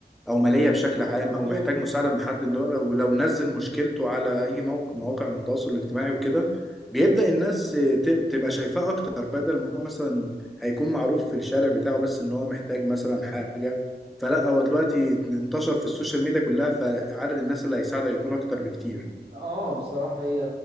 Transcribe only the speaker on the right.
دول.
اه بصراحه هي